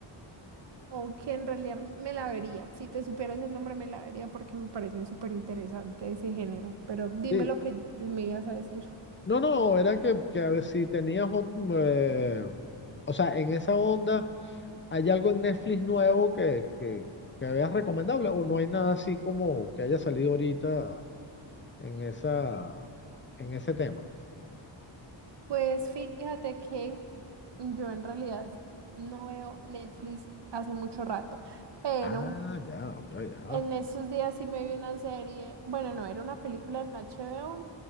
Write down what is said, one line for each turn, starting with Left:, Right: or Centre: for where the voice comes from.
Right: como que en realidad me la vería. Si te supieras el nombre, me la vería porque me parece súper interesante ese género. Pero dime
Left: Sí,
Right: lo que me ibas a decir.
Left: no, no, era que, que a ver si tenías, ot- eh, o sea, en esa onda, ¿hay algo en Netflix nuevo que, que, que veas recomendable o no hay nada así como que haya salido ahorita en esa, en ese tema?
Right: Pues fíjate que yo en realidad no veo Netflix hace mucho rato, pero
Left: Ah, ya, ok, ajá,
Right: en esos días sí me vi una serie, bueno, no, era una película en HBO,